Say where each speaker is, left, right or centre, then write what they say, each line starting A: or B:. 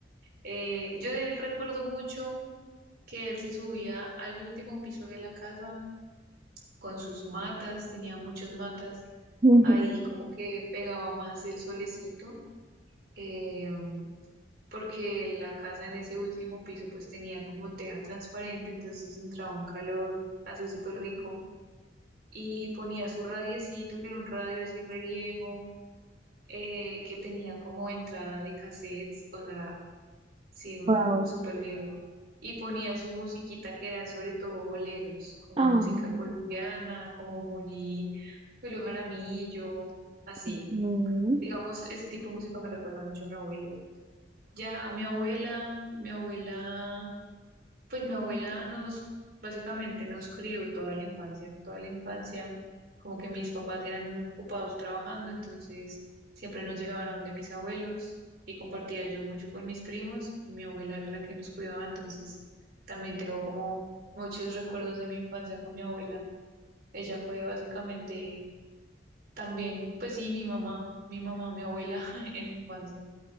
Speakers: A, on the right; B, on the right.
A: Eh, yo de él recuerdo mucho que él se subía al último piso de la casa con sus matas, tenía muchas matas.
B: <laughs>
A: Ahí como que pegaba más el solecito, eh, porque la casa en ese último piso pues tenía como teja transparente, entonces entraba un calor así súper rico. Y ponía su radiecito, que era un radio así re viejo, eh, que tenía como entrada de cassettes, o sea, sí, un,
B: Wow.
A: un súper viejo. Y ponía su musiquita que eran sobre todo boleros, como
B: Ah,
A: música colombiana, como Moni, Julio Jaramillo, así.
B: ujú.
A: Digamos, ese tipo de música me recuerda mucho a mi abuelo. Ya mi abuela, mi abuela pues mi abuela nos, básicamente nos crió toda la infancia, toda la infancia, como que mis papás eran muy ocupados trabajando, entonces siempre nos llevaban a donde mis abuelos y compartía yo mucho con mis primos y mi abuela era la que nos cuidaba, entonces también tengo como muchos recuerdos de mi infancia con mi abuela. Ella fue básicamente también, pues sí, mi mamá, mi mamá, mi abuela <laughs> en mi infancia.